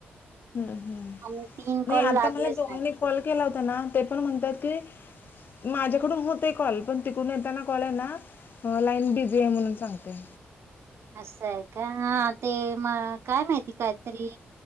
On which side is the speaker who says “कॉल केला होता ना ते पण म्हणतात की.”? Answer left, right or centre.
Left